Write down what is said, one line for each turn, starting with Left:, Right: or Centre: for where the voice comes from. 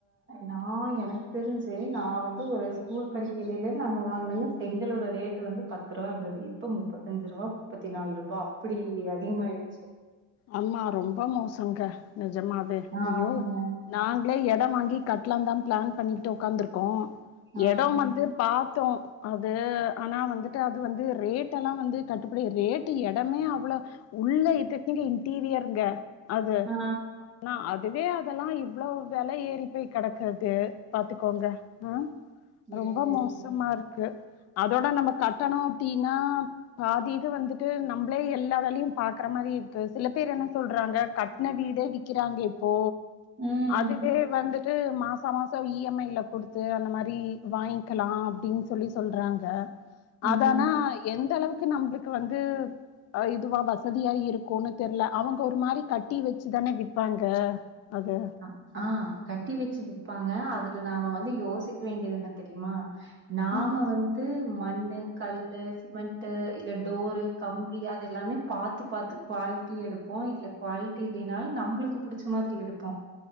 Right: நா எனக்கு தெரிஞ்சு நா வந்து ஒரு ஸ் ஸ்கூல் படிக்கையிலல நாங்க வாங்கினனங்க செங்களோட ரேட்டு வந்து பத்து ரூபா இருந்தது இப்ப முப்பத்தஞ்சு ரூபா முப்பத்தி நாலு ரூபா அப்டி அதிகமாயிடுச்ச
Left: அமா ரொம்ப மோசங்க நிஜமாவே
Right: ஆமாங்க
Left: ஐயோ நாங்களே எடம் வாங்கி கட்லாந் தான் பிளான் பண்ணிகிட்டு உ்காந்துருக்கோம்
Right: ஆ
Left: எடம் வந்து பாத்தோ அது ஆனா வந்துட்டு அது வந்து ரேட் எல்லாம் வந்து கட்டுப்படி ரேட்டு எடமே அவ்வளோ உள்ள இது நீங்க இன்டீரியருங்க அது
Right: ஆ
Left: னா அதுவே அதெல்லாம் இவ்லோ வெல ஏறி போய் கடக்கறது பாத்துக்கோங்க ம்
Right: இருக்கு
Left: ரொம்ப
Right: இருக்கு
Left: மோசமா இருக்கு அதோட நம்ம கட்டணும் அப்டினா பாதி இது வந்துட்டு நம்பளே எல்லா வேலையு பாக்குற மாரி இருக் கு சில பேர் என்ன சொல்றாங்க கட்ன வீடே விக்கிறாங்க இப்போ
Right: ம்
Left: அதுவே வந்து து மாச மாசம் இஎம்ஐல கொடுத்து அந்த மாரி வாயிங்கலாம் அப்டின் சொல்லி சொல்றாங்க அதானா
Right: ம்
Left: எந்த அளவுக்கு நம்மளுக்கு வந்து இதுவா வசதியா இருக் கோனு தெர்ல அவங்க ஒரு மாரி கட்டி வச்சுதான விப்பாங்க அது
Right: அ ஆ கட்டி வெச்சு விப்பாங்க அதுல நாம வந்து யோசிக்க வேண்டியது என்ன தெரியுமா நாம
Left: ம்
Right: வந்து மண்ணு கல்லு சிமெண்ட்டு இல்ல டோரு கம்பி அது எல்லாமே பாத்து பாத்து குவாலிட்டியா எடுப் போ இல்ல குவாலிட்டி இல்லைனாலும் நம்மளுக்கு புடிச்ச மாதிரி எடுப்போம்